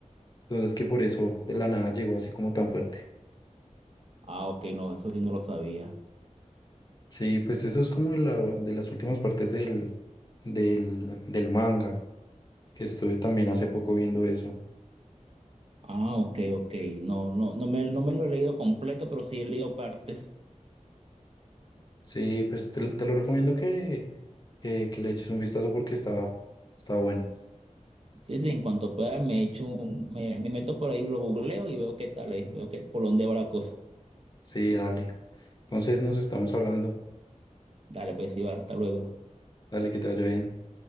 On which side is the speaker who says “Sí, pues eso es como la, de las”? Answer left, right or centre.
Left